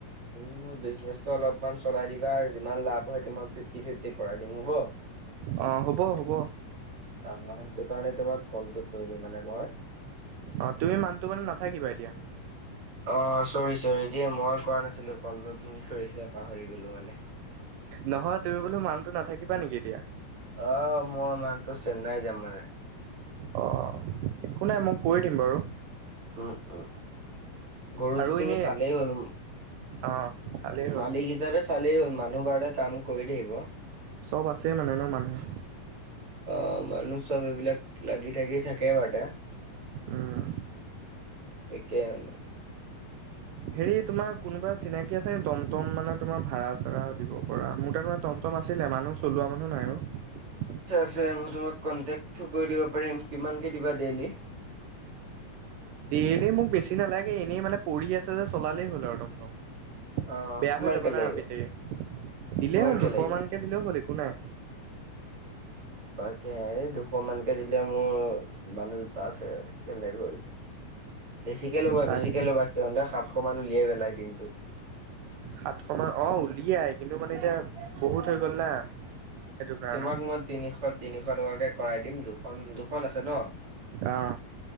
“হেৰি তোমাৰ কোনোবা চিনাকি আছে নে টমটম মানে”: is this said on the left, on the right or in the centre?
Right